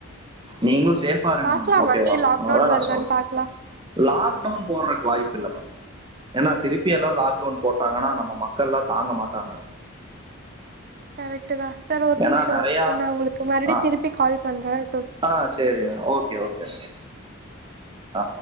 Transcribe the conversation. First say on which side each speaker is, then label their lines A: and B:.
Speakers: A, on the right (about 20°); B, on the right (about 40°).
A: நீங்களும் சேஃபா இருங்க
B: பாக்கலாம்
A: மேம் ஓகேவா
B: மறுபடியும் லாக்டவுன்
A: அதா நா
B: வருதான்னு
A: சொல்ற
B: பாக்கலாம்
A: ல்டவுன் போடுறதுக்கு வாய்ப்பு இல்ல மேம் ஏன்னா திருப்பி எல்லா லாக்டவுன் போட்டாங்கன்னா நம்ம மக்கள் எல்லா தாங்க மாட்டாங்க
B: கரெக்ட் சார் ஒரு
A: ஏன்னா
B: நிமிஷம்
A: நிறையா
B: நா உங்களுக்கு ம
A: ஆ
B: திருப்பி கால் பண்றே
A: ஆ சரி ஓகே ஓகே ஆ